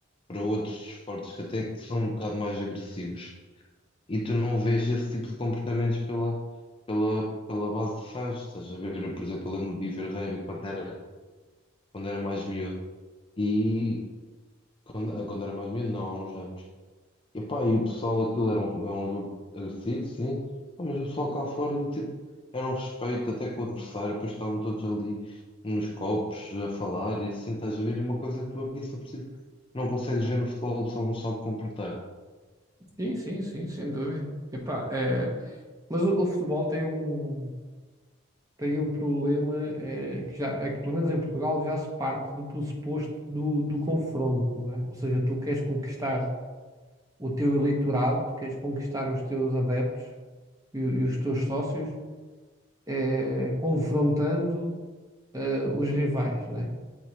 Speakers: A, on the left; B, on the right.
A: para outros esportes que até que são um bocado mais agressivos. E tu não vês esse tipo de comportamentos pela, pela, pela base de fãs. Estás a ver, por exemplo, eu lembro de ir ver rugby quando era, quando era mais miúdo. E quando, ah, quando era mais miúdo, não, há uns anos. E pá, e o pessoal, aquilo era um, é um jogo agressivo, sim. Pá, mas o pessoal cá fora, tipo, era um respeito até com o adversário. Depois estavam todos ali nos copos a falar e assim, estás a ver? E uma coisa que tu aqui só precisas, não consegues ver no futebol, o pessoal não sabe comportar.
B: Sim, sim, sim, sem dúvida. Epá, é... Mas o, o futebol tem um. Tem um problema é que já, é que, pelo menos em Portugal, já se parte do pressuposto do, do confronto, não é? Ou seja, tu queres conquistar o teu eleitorado, tu queres conquistar os teus adeptos e, e os teus sócios, eh, confrontando, eh, os rivais, né?